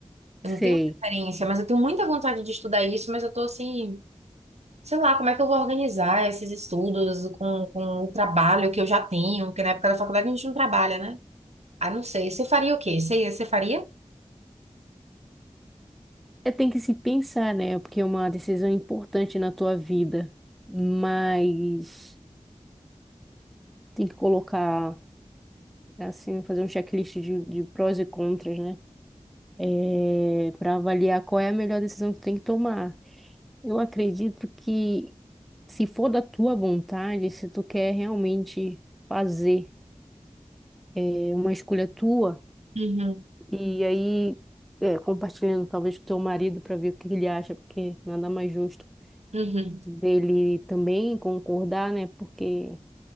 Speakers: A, on the right; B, in the centre.
A: Eu
B: Sei.
A: não tenho referência, mas eu tenho muita vontade de estudar isso, mas eu tô, assim, sei lá, como é que eu vou organizar esses estudos com, com o trabalho que eu já tenho, porque na época da faculdade a gente não trabalha, né? Ah, não sei. Você faria o quê? Você, você faria?
B: É, tem que se pensar, né? Porque é uma decisão importante na tua vida, mas tem que colocar. assim, fazer um checklist de, de prós e contras, né? É, para avaliar qual é a melhor decisão que tu tem que tomar. Eu acredito que se for da tua vontade, se tu quer realmente fazer é, uma escolha tua,
A: Uhum,
B: e aí é, compartilhando talvez com teu marido para ver o que ele acha, porque nada mais justo
A: uhum.
B: dele também concordar, né? Porque